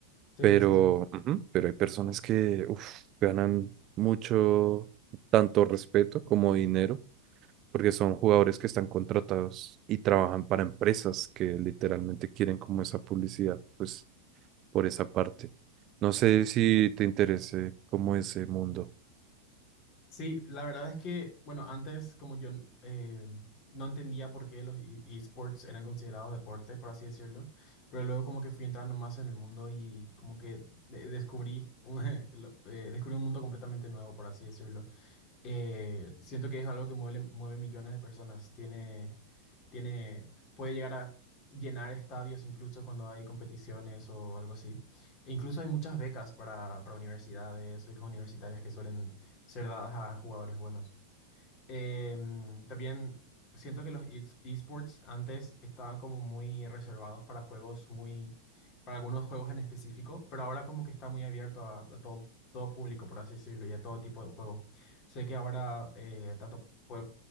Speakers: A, on the left; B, on the right.
A: Sí,
B: Pero,
A: sí, sí.
B: ujú, pero hay personas que uf, ganan mucho, tanto respeto como dinero, porque son jugadores
A: Ujú.
B: que están contratados y trabajan para empresas que literalmente quieren como esa publicidad, pues por esa parte. No sé si te interese como ese mundo.
A: Sí, la verdad es que, bueno, antes como yo eh, no entendía por qué los e- esports eran considerados deporte, por así decirlo, pero luego como que fui entrando más en el mundo y como que de- descubrí un, <laughs> lo- eh, descubrí un mundo completamente nuevo, por así decirlo. eh, siento que es algo que mueve, mueve millones de personas. Tiene, tiene, puede llegar a llenar estadios incluso cuando hay competiciones o algo así. E incluso hay muchas becas para, para universidades, becas universitarias que suelen ser dadas a jugadores buenos. Em, también siento que los es- esports antes estaban como muy reservados para juegos muy, para algunos juegos en específico, pero ahora como que está muy abierto a, a todo, todo público, por así decirlo, y a todo tipo de juego. Sé que ahora eh, tanto pue-